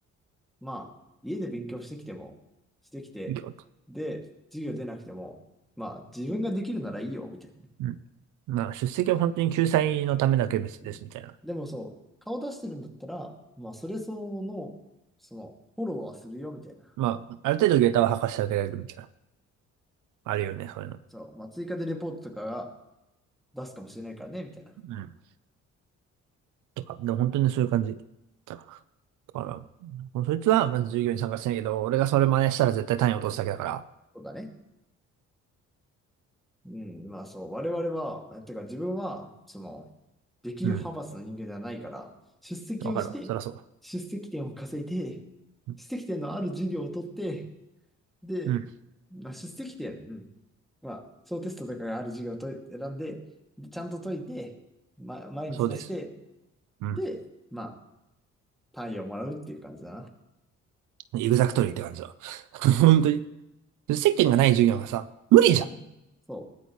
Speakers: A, in the centre; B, on the right.
A: まあ、家で勉強してきても、してきて、
B: 授業と。
A: で、授業出なくても、まあ自分ができるならいいよ、みたいなね。
B: うん。まあ、出席は本当に救済のためだけ別ですみたいな。
A: うんでもそう、顔出してるんだったら、まあそれ相応の、その、フォローはするよ、みたいな。
B: まあ、ある程度ゲータは履かしてあげられるみたいな。あるよね、そういうの。
A: そう、まあ追加でレポートとかが出すかもしれないからね、みたいな。
B: うん。とか、でも本当にそういう感じ。だから、もうそいつはまず授業に参加しないけど、俺がそれ真似したら絶対単位落とすだけだから。
A: そうだね。うん、まあそう、我々は、えてか自分は、その、力量派閥の人間じゃないから、
B: うん。
A: 出席をして、
B: わかるわ。そりゃそ
A: 出席点を稼いで、
B: う。
A: 出席点のある授業を取って、で、
B: うん。
A: まあ、出席点、うん、まあ、小テストとかがある授業をと選んで、でちゃんと解いて、ま、毎日出して、
B: そうです。うん。
A: で、まあ、単位をもらうっていう感じだな。
B: エグザクトリーって感じだ。<laughs> 本当に。で接点がない授業がさ、無理じゃん、
A: うん。そ